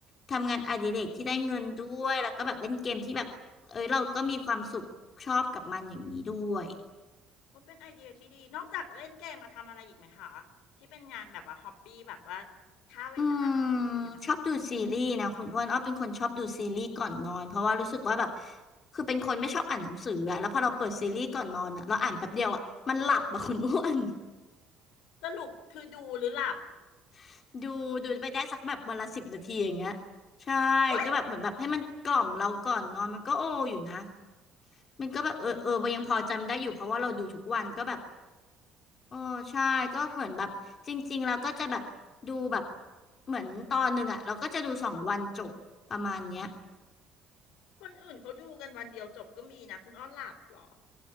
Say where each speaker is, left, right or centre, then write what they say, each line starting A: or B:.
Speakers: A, on the left; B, on the left.
A: ทำงานอดิเรกที่ได้เงินด้วยแล้วก็แบบเล่นเกมที่แบบเอ้ยเราก็มีความสุขชอบกับมันอย่างนี้ด้วย
B: ก็เป็นไอเดียที่ดี นอกจากเล่นเกมมาทำอะไรอีกไหมคะ ที่เป็นงานแบบว่าฮอบบี้แบบว่าฆ่าเวลาอะไรอย่างเงี้ยมีไหม
A: อืมชอบดูซีรีส์นะคุณอ้วนอ้อเป็นคนชอบดูซีรีส์ก่อนนอนเพราะว่ารู้สึกว่าแบบคือเป็นคนไม่ชอบอ่านหนังสืออะแล้วพอเราเปิดซีรีส์ก่อนนอนอะเราอ่านแป๊บเดียวอะมันหลับอะคุณอ้วน
B: สรุปคือดูหรือหลับ <laughs>
A: <laughs> ดูดูไปได้สักแบบวันละสิบนาทีอย่างเงี้ยใช่ก็แบบเหมือนแบบให้มันกล่อมเราก่อนนอนมันก็โออยู่นะ
B: เว้าย
A: มันก็แบบเออเออยังพอจำได้อยู่เพราะว่าเราดูทุกวันก็แบบ
B: <laughs> อืม
A: โอ้ใช่ก็เหมือนแบบจริงๆเราก็จะแบบดูแบบเหมือนตอนหนึ่งอะเราก็จะดูสองวันจบประมาณเนี้ย
B: คนอื่นเขาดูกันวันเดียวจบก็มีนะคุณอ้อหลับเหรอ